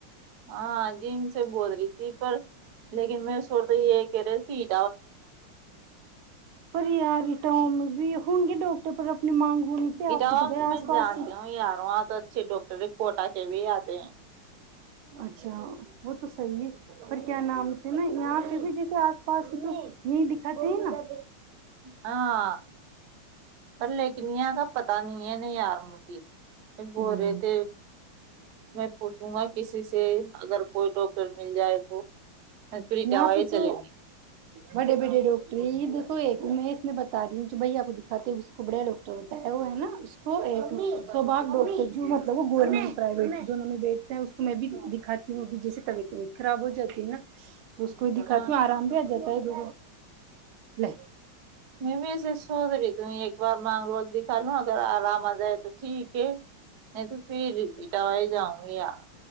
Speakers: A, on the right; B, on the right.
A: ہاں جی ان سے بول رہی تھی پر لیکن میں سوتا یہ کہہ رہے ت
B: پ آاریٹم بھی ہوں گی ڈاکٹر پر اپنی مانگ ہونی پہ
A: اٹاوا
B: آپ کو پتہ
A: میں
B: ہے
A: تو میں
B: آس پاس
A: جانتی ہوں ی رہا ہوں آاں تو اچھے ڈاکٹر کوٹا کے بھی آتے ہیں
B: اچھا وہ تو سح کیا نام سے نا یہاں پہ بھی جس اس آس پاس تو یہ دکھاتے ہے نا
A: ہاں پر لیکنیا کا پتا نہیں ہے یار مجھے بورے
B: ہ
A: ت میں پوھ سم کسی سے اگر کوئی لوگ ٹر مل جائے تو فری
B: یہاں
A: دوائی
B: پہ
A: چلیں
B: تو
A: گے
B: بڑے بڑے ڈاکٹری د کو ایک تو میں اس میں بتا رہی ہوں جو بھائی آپ کو دکھاتے ہے اس کو بڑیا ڈاکٹر بتایا ہے وہ ہے نا اس کو کو ایک بار نہیں سو بار بو جو مطلب وہ گورنمنٹ پرائیویٹ دونوں میں بیٹھ ہے ہیں اس کو میں بھی دکھاتی ہوں جیے طبیع طبیعت خراب ہو جاتی ن <unintelligible> تو اس کو دکھاتی
A: ہاں
B: ہو آرام بھی آ جاتا ہے لہ <unintelligible> <inaudible>
A: میں بھی ایے سوز رہی تم ایک بار مانگ روت بھیکھا لو ہ <unintelligible> آرام آ جاۓ تو ٹھیک ہے نہیں تو پھر یہ کیانگیا